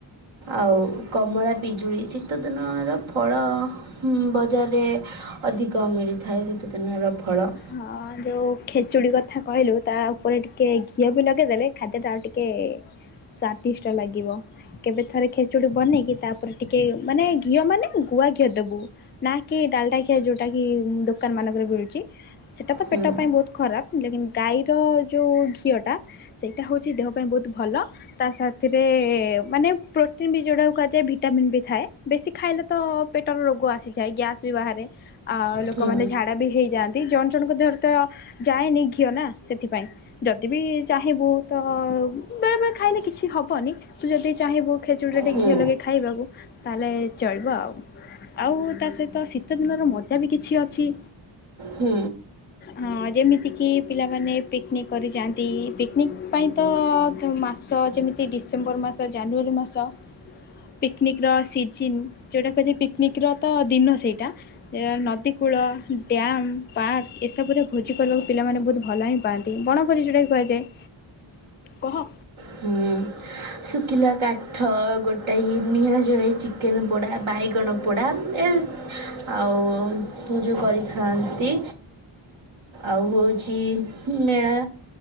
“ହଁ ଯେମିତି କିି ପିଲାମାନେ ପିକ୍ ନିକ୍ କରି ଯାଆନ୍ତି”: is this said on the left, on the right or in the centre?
Left